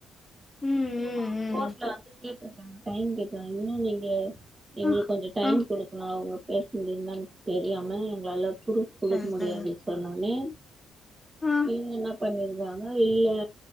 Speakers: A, on the left; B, on the right.
A: ம்
B: இவங்க
A: ம்
B: கோட்ல
A: ம்
B: வந்து டைம் கேக்குறாங்க இன்னும் நீங்க எங்களுக்கு
A: ஆ
B: கொஞ்ச டைம்
A: ஆ
B: குடுக்கணும் அவங்க பேஷண்ட் இருந்தால தெரியாமல் எங்களால் ப்ரூஃப் குடுக்க
A: சரி
B: முடியாது
A: சரி
B: சொன்னோனே
A: ஆ
B: இவங்க என்ன பண்ணிருக்காங்க இல்ல